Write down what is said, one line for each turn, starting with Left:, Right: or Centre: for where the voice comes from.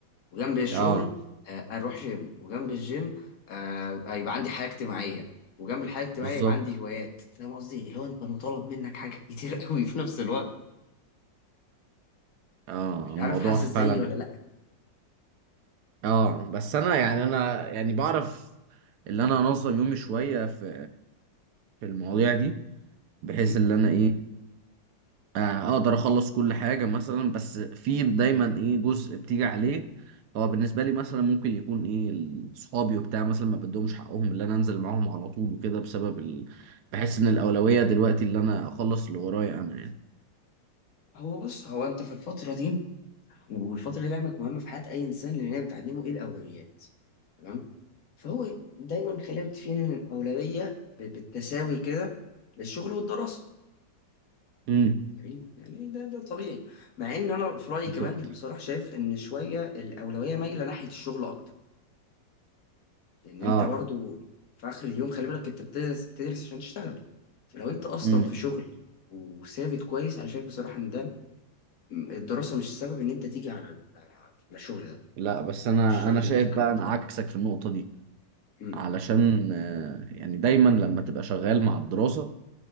Left: وجنب الشغل
Right: اه
Left: آه، اروح جيم وجنب الجيم آه، يبقى عندي حياه اجتماعيه وجنب الحياه الاجتماعيه
Right: بالظبط
Left: يبقى عندي هوايات فاهم قصدي اللي هو انت مطالب منك حاجه <laughs> كتير قوي في نفس الوقت
Right: اه
Left: مش
Right: الموضوع
Left: عارف حاسس
Right: فعلا
Left: زيي ولا لا
Right: اه بس انا يعني انا يعني بعرف اللي انا انظم يومي شويه في في المواضيع دي بحيث
Left: مم.
Right: اللي انا ايه آه، اقدر اخلص كل حاجه مثلا بس في دايما ايه جزء بتيجي عليه هو بالنسبه لي مثلا ممكن يكون ايه ال- صحابي وبتاع مثلا ما بدهمش حقهم اللي انا انزل معاهم على طول وكده بسبب ال... بحس ان الاولويه دلوقتي اللي انا اخلص اللي ورايا انا يعني
Left: هو بص هو انت في الفتره دي والفتره دي لعلمك مهمه في حياه اي انسان لان هي بتعلمه ايه الاولويات تمام فهو دايما خلمت فيه ان الاولويه ب- بالتساوي كده للشغل والدراسه
Right: امم
Left: جميل يعني ده ده طبيعي مع ان انا في رايي
Right: بالظبط
Left: كمان بصراحه شايف ان شويه الاولويه مايله ناحيه الشغل اكتر لان انت
Right: اه
Left: برضو في اخر اليوم خلي بالك انت بتدرس بتدرس عشان تشتغل فلو انت اصلا
Right: امم
Left: في شغل وثابت كويس انا شايف بصراحه ان ده م- الدراسه مش السبب ان انت تيجي على على الشغل ده
Right: لا بس انا
Left: مش شايف
Right: انا
Left: ان
Right: شايف
Left: ده فكره
Right: بقى
Left: منطقيه
Right: انا عكسك في النقطه دي
Left: امم
Right: علشان آه، يعني دايما لما تبقى شغال مع الدراسة